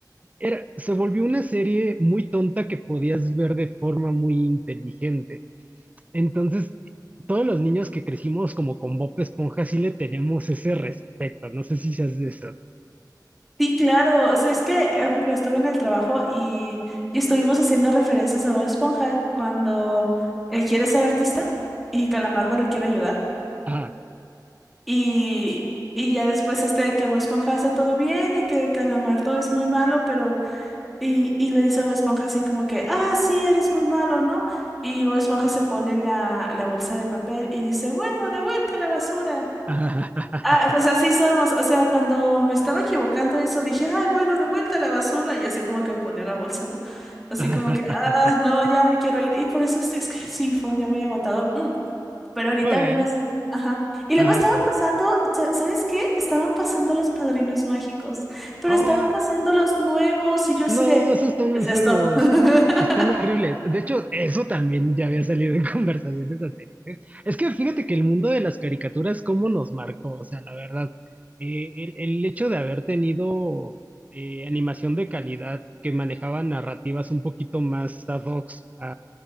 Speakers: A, on the right (about 20°); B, in the centre.
A: Era, se volvió una serie muy tonta que podías ver de forma muy inteligente. Entonces, todos los niños que crecimos como con Bob Esponja sí le tenemos ese respeto. No sé si seas de esos.
B: Sí, claro. O sea, es que, por ejemplo, estuve en el trabajo y, y estuvimos haciendo referencias a Bob Esponja cuando eh, quiere ser artista y Calamardo le quiere ayudar.
A: Ah,
B: Y, y ya después este de que Bob Esponja hace todo bien y que Calamardo es muy malo, pero... Y, y le dice a Bob Esponja así como que, ah, sí, eres muy malo, ¿no? Y Bob Esponja se pone la, la bolsa de papel y dice, bueno, de vuelta a la basura.
A: ah,
B: Ah, pues así somos. O sea, cuando me estaba equivocando eso, dije, ay, bueno, de vuelta a la basura. Y así como que me ponía la bolsa, ¿no? Así
A: <laughs>
B: como que, ah, no, ya me quiero ir. Y por eso este, es que sí, fue un día muy agotador. Mm, Pero ahorita
A: Bueno,
B: vi una serie. Ajá. Y
A: ah,
B: luego estaban pasando, sa- ¿sabes qué? Estaban pasando los padrinos mágicos. Pero
A: oh,
B: estaban pasando los nuevos. Y yo así
A: No,
B: de,
A: esos están muy
B: ¿qué es
A: feos.
B: esto? <laughs>
A: Están horribles. De hecho, eso también ya había salido en <laughs> conversaciones anteriores. Es que fíjate que el mundo de las caricaturas, cómo nos marcó, o sea, la verdad, eh, el, el hecho de haber tenido eh, animación de calidad que manejaba narrativas un poquito más ad hoc a,